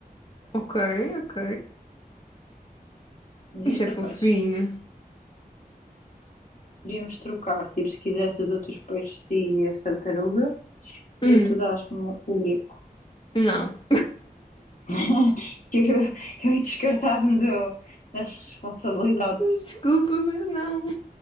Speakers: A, on the left; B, on the left.
A: ok, ok.
B: Devias
A: Isso é
B: ter
A: fofinho.
B: peixe. Devíamos trocar, tipo, se quisesse, eu dou-te os peixes e as tartaruga
A: Hum,
B: e tu dás-me o gecko.
A: não.
B: <laughs> Que Eu, eu ia descartar-me do- das responsabilidades.
A: Desculpa, mas não.